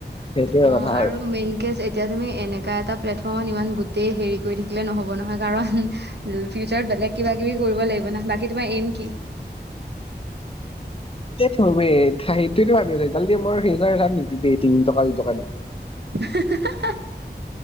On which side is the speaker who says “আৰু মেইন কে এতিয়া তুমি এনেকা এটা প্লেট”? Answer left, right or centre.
Right